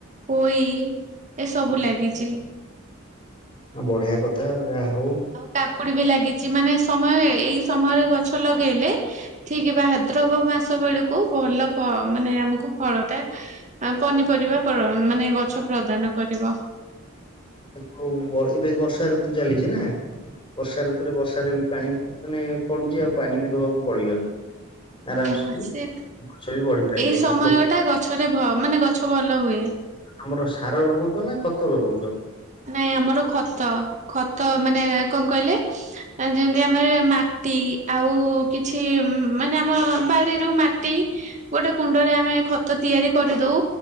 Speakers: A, on the right; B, on the left.
A: ପୋଇ ଏସବୁ ଲାଗିଚି।
B: ଆ ବଢିଆ କଥା ଯାହା ହୋଉ।
A: ଆଉ କାକୁଡି ବି ଲାଗିଚି ମାନେ ସମୟରେ ଏଇ ସମୟରେ ଗଛ ଲଗେଇଲେ ଠିକ୍ ବା ହାଦ୍ରବ ମାସ ବେଳକୁ କୁ ଭଲ ଫ ମାନେ ଆମକୁ ଫଳ ଟା ପନିପରିବା ପ୍ର ମାନେ ଗଛ ପ୍ରଦାନ କରିବ।
B: ହୋଉ ବହିବେ ବର୍ଷା ଋତୁ ଚାଲିଚି ନା ବର୍ଷା ଋତୁରେ ବର୍ଷାାରେ ବି ପାଣି ମାନେ ପଡୁଚି ଆଉ ପାଣି ବି ଦବାକୁ ପଡିବନି। ଆରାମସେ
A: ହଁ
B: ବି
A: ସେ
B: ଗଛ ବି ବଢି ପାରିବ
A: ଏଇ ସମୟ
B: ହୃଷ୍ଟ
A: ଟା ଗଛରେ ଭ ମାନେ ଗଛ ଭଲ ହୁଏ।
B: ତମର ସାର ଲଗୋଉଚ ନା ଖତ ଲଗୋଉଚ?
A: ନାଇଁ ଆମର ଖତ ଖତ ମାନେ କଣ କହିଲେ? ଯେମିତି ଆମେ ମାଟି ଆଉ କିଛି ମାନେ ଆମ ବାଡିରୁ ମାଟି ଗୋଟେ କୁଣ୍ଡରେ ଆମେ ଖତ ତିଆରି କରିଦୋଉ।